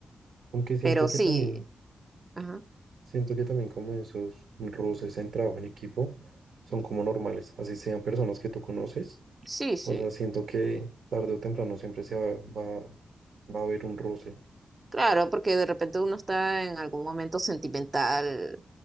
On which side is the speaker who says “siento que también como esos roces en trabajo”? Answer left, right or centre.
Right